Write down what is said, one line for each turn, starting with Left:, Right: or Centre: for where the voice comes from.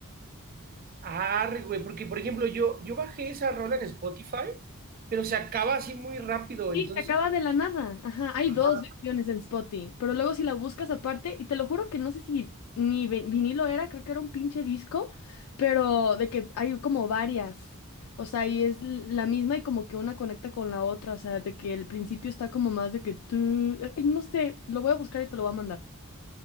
Right: arre, güey. Porque, por ejemplo, yo, yo bajé esa rola en Spotify, pero se acaba así muy rápido.
Left: Sí,
Right: Entonces.
Left: se acaba de la nada. Ajá, hay
Right: Ajá.
Left: dos versiones en Spotify, pero luego si la buscas aparte, y te lo juro que no sé si ni vi- vinilo era, creo que era un pinche disco, pero de que hay como varias. O sea, y es l- la misma y como que una conecta con la otra, o sea, de que el principio está como más de que tú, eh, no sé, lo voy a buscar y te lo voy a mandar.